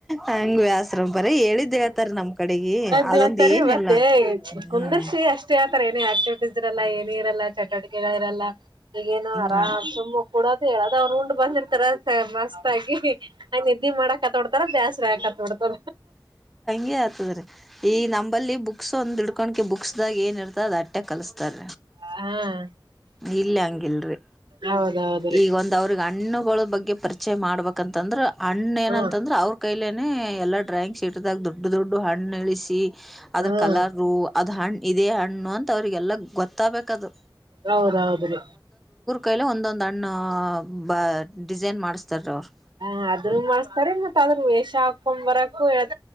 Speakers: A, in the centre; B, on the right.
A: ಹಂಗ ಬ್ಯಾಸ್ರ ಬರೀ ಹೇಳಿದ್ದ ಹೇಳ್ತಾರ ನಮ್ ಕಡೆಗಿ
B: ದೇತರಿ
A: ಅದೊಂದ ಏನಿಲ್ಲ
B: ಮತ್ತೇ
A: ಹ್ಮ್
B: ಕುಂದರ್ಸಿ ಅಷ್ಟೇ ಅಂತರ ಏನು ಆಕ್ಟಿವಿಟೀಸ್ ಇರಲ್ಲ ಏನು ಇರಲ್ಲ ಚಟುವಿಕೆಗಳು ಇರಲಿ ಈಗ ಏನು
A: ಹ್ಮ
B: ಆರಾಮ ಸುಮ್ಮ ಕೊಡೋದು ಹೇಳದ ಅವರು ಉಂಡ್ ಬಂದ ಇರತಾರ ಮಸ್ತ್ ನಿದ್ದಿ ಮಾಡಕ ಹತ್ತ ಬಿಡತಾರ ಜಾಸ್ತಿ ಕತ್ತು ಕೊಡತರ
A: ಈಗ ಹಂಗೆ ಆತದ ರಿ ಈ ನಂಬಲ್ಲಿ ಬುಕ್ಸ್ ಒಂದ ಹಿಡಕೊಂಡಕೀ ಬುಕ್ಸ್ ಇದಾಗ ಏನಿರ್ತೋ ಅದು ಅಟ್ಟೆ ಕಲಿಸಸ್ತಾರ
B: ಹ್ಮ್
A: ಇಲ್ಲ ಹಂಗಿಲ್ರಿ
B: ಹೌದೌದ್ರಿ
A: ಈಗ ಒಂದ ಅವ್ರಿಗ ಹಣ್ಣುಗಳ ಬಗ್ಗೆ ಪರಿಚಯ ಮಾಡ್ಬೇಕಂತಂದ್ರೆ ಅಣ್ಣ ಏನಂತಂದ್ರ
B: ಹ್ಮ್
A: ಅವ್ರ ಕೈಲ ಏ ನೆ ಎಲ್ಲಾ ಡ್ರಾಯಿಂಗ್ ಶೀಟ್ದಾಗ ದೊಡ್ಡ ದೊಡ್ಡ ಹಣ್ಣ ಇಳಿಸಿ ಅದ್ರ
B: ಹ್ಮ್
A: ಕಲರ್ ಅದ್ ಹಣ್ಣ ಇದೇ ಹಣ್ಣ ಹಣ್ಣು ಅಂತ ಅವ್ರಿಗೆಲ್ಲ ಗೊತ್ತಾಗಬೇಕದು
B: ಹೌದೌದ್ರಿ
A: ಕೈಲ ಒಂದೊಂದು ಅಣ್ಣ ಬ ಡಿಸೈನ್ ಮಾಡಸ್ತಾರ ಅವ್ರು
B: ಹ ಅದ್ರೂ ಮಾಡಸ್ತಾರೆ ಮತ್ತತ್ ಅದ್ರ ವೇಷ ಹಾಕೊ್ ಬರ ಹ